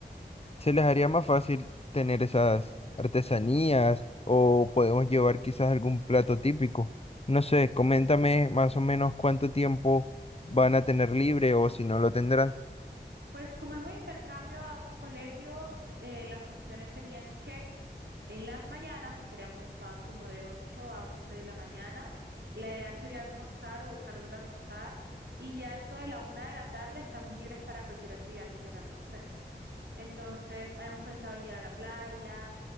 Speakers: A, on the left; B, on the right.
A: se les haría más fácil tener esas artesanías o podemos llevar quizás algún plato típico. No sé, coméntame más o menos cuánto tiempo van a tener libre o si no lo tendrán.
B: Pues como es un intercambio a otro colegio, eh, las cuestiones serían que En las mañanas estaríamos ocupados como de 8 a 11 de la mañana. La idea sería almorzar o buscar dónde almorzar y ya eso de la una de la tarde estamos libres para cualquier actividad que queramos hacer. Entonces, habíamos pensado en ir a la playa,